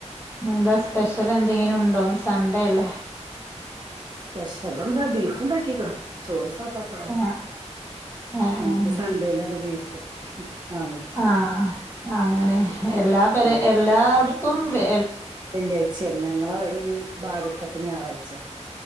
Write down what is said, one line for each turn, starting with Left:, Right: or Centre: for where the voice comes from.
Left: എന്താ സ്പെഷ്യല് ന്തെങ്കിലും ണ്ടോ സണ്ടേയല്ലേ
Right: സ്പെഷ്യൽ എന്താ ബീഫ് ഉണ്ടാക്കിക്ക്ണ് ചോറ് സാധാ ചോറാ
Left: ആഹ ആഹ
Right: ഞങ്ങക്ക് സൺഡേയിലാണ് ബീഫ് വാങ്ങല്
Left: ആഹ അങ്ങനെ എല്ലാ പെരെ
Right: ഉം
Left: എല്ലാ തും വെ
Right: വെള്ളിയാഴ്ചയാണ് ഞങ്ങള ഈ ഭാഗത്തൊക്കെ ഞായറാഴ്ച